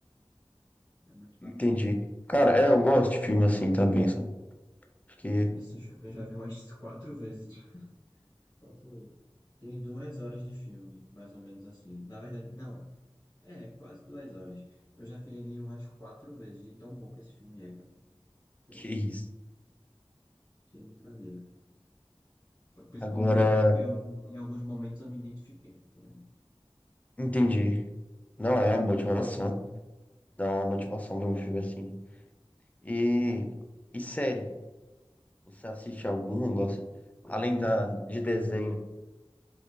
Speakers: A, on the left; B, on the left.
A: É muito bacana.
B: Entendi. Cara, é, eu gosto de filme assim também, sabe? Acho que,
A: Esse filme eu já vi umas <laughs> quatro vezes. Quatro vezes. Tem duas horas de filme, mais ou menos assim. Na verdade, não. É, quase duas horas. Eu já vi ele umas quatro vezes, de tão bom que esse filme é, cara. Sério,
B: que é isso.
A: Sem brincadeira. Principalmente
B: Agora,
A: porque eu, em alguns momentos eu me identifiquei com ele.
B: entendi. Não é motivação. Dá uma motivação ver um filme assim. né? E, e série? Você assiste alguma? Gosta? Além da, de desenho.